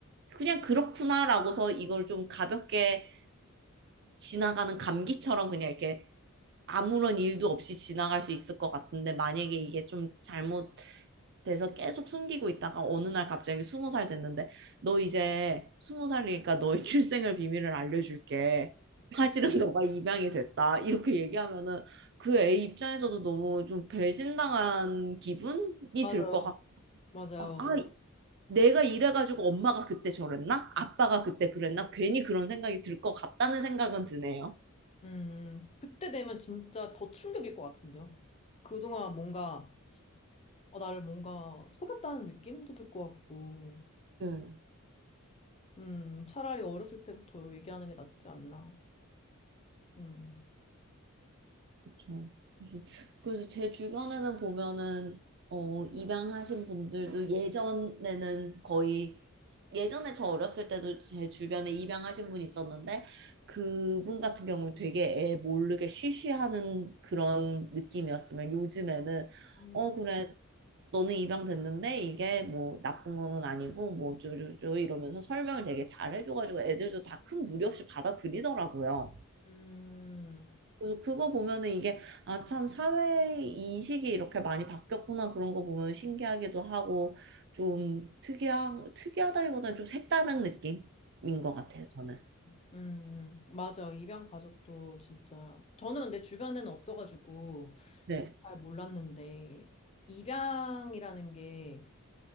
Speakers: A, on the right; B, on the left.
A: 그냥 그렇구나라고서 이걸 좀 가볍게 지나가는 감기처럼 그냥 이렇게 아무런 일도 없이 지나갈 수 있을 것 같은데 만약에 이게 좀 잘못 돼서 계속 숨기고 있다가 어느 날 갑자기 스무 살 됐는데 너 이제 스무 살이니까 너의 출생을 비밀을 알려줄게. 사실은 너가 입양이 됐다. 이렇게 얘기하면은 그 애 입장에서도 너무 좀 배신당한 기분이
B: 맞아요.
A: 들 것 같고
B: 맞아요,
A: 아, 아,
B: 맞아요.
A: 내가 이래가지고 엄마가 그때 저랬나? 아빠가 그때 그랬나? 괜히 그런 생각이 들 것 같다는 생각은 드네요.
B: 음, 그때 되면 진짜 더 충격일 것 같은데요. 그동안 뭔가, 어, 나를 뭔가 속였다는 느낌도 들 것 같고,
A: 네.
B: 음, 차라리 어렸을 때부터 얘기하는 게 낫지 않나. 음,
A: 그쵸. 그래서, 그래서 제 주변에는 보면은, 어, 입양하신 분들도 예전에는 거의, 예전에 저 어렸을 때도 제 주변에 입양하신 분이 있었는데, 그분 같은 경우는 되게 애 모르게 쉬쉬하는 그런 느낌이었으면 요즘에는,
B: 음,
A: 어, 그래, 너는 입양됐는데 이게 뭐 나쁜 거는 아니고 뭐 어쩌고저쩌고 이러면서 설명을 되게 잘 해줘가지고 애들도 다 큰 무리 없이 받아들이더라고요.
B: 음,
A: 그래서 그거 보면은 이게 아 참 사회 인식이 이렇게 많이 바뀌었구나 그런 거 보면 신기하기도 하고 좀 특이한 특이하다기보다는 좀 색다른 느낌인 것 같아요 저는
B: 음, 음, 맞아. 입양 가족도 진짜. 저는 근데 주변에는 없어가지고
A: 네
B: 잘 몰랐는데, 입양이라는 게